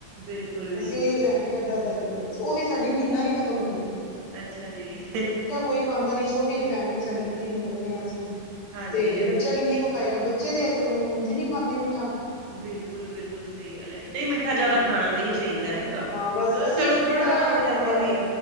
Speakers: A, on the right; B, on the left.
A: ਬਿਲਕੁਲ-ਬਿਲਕੁਲ
B: ਅਸੀਂ ਉਹੀਓ ਲ਼ੈ ਆਨੇ ਹਾਂ ਅੱਧਾ- ਅੱਧਾ ਕਿੱਲੋ, ਬਸ ਉਹ ਵੀ ਸ਼ਾਡੀ ਮਹੀਨਾਂ ਨੀਂ ਖ਼ਤਮ ਹੁੰਦੀਂ।
A: ਅੱਛਾ ਜੀ।
B: ਕੋਈ ਖਾਂਦਾ ਨੀਂ ਛੋਟੀ ਜਿਹੀ ਫੈਮਲੀ ਸ਼ਾਡੀ ਤਿੰਨ ਬੰਦੇ ਆ ਅਸੀਂ
A: ਹਾਂਜੀ-ਹਾਂਜੀ
B: ਤੇ ਬੱਚਾ ਕਿੰਨੀਂ ਕੁ ਖਾਏਗਾ, ਬੱਚੇ ਤੇ ਅੱਜ਼ ਕੱਲ੍ਹ ਉਂਝ ਨੀਂ ਖਾਂਦੇ ਮਿੱਠਾ।
A: ਬਿਲਕੁੱਲ- ਬਿਲਕੁੱਲ ਸਹੀ ਗੱਲ਼ ਹੈਂ, ਨਹੀਂ ਮਿੱਠਾ
B: ਹੂੰ।
A: ਜ਼ਿਆਦਾ ਖਾਣਾਂ ਵੀ ਨੀਂ ਚਾਹੀਂਦਾ ਹੈਗਾ।
B: ਹਾਂ ਬਸ
A: ਮਤਲਬ
B: ਅਸੀਂ
A: ਚਲੋਂ ਤਿਉਹਾਰਾਂ
B: ਬੜਾ
A: ਵਗ਼ੈਰਾ ਤੇ
B: ਘੱਟ
A: ਵੀ